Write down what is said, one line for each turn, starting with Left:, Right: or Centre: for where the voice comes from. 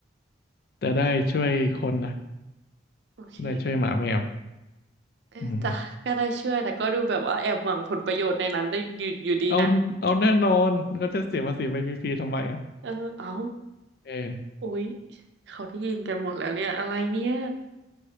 Left: แต่ได้ช่วยคนนะ
Right: โอเค
Left: ได้ช่วยหมาแมว
Right: เออจ้ะก็ได้ช่วยแต่ก็ดูแบบว่าแอบหวังผลประโยชน์ในนั้นได้อยู่อยู่ดีนะ
Left: อืมเอาเอาแน่นอนเขาจะเสียภาษีไปฟรีๆทำไมอ่ะ
Right: เออเอ้า
Left: เออ
Right: อุ๊ยเขาได้ยินกันหมดแล้วเนี่ยอะไรเนี่ย